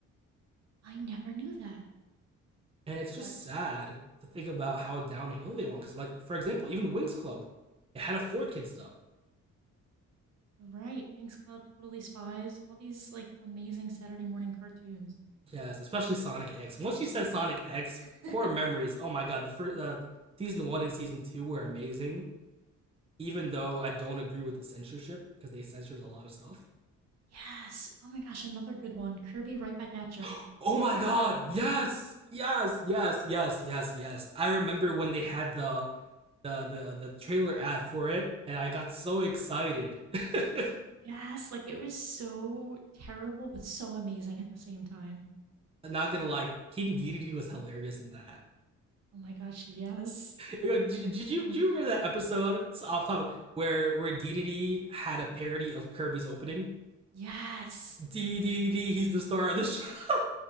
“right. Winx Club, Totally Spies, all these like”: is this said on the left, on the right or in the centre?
Right